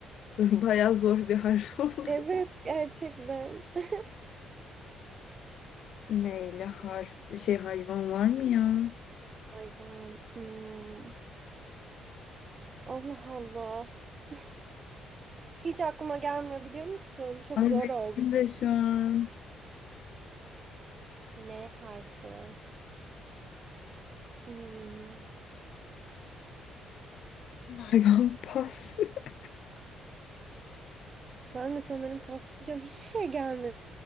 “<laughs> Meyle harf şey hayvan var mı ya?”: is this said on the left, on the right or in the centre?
Left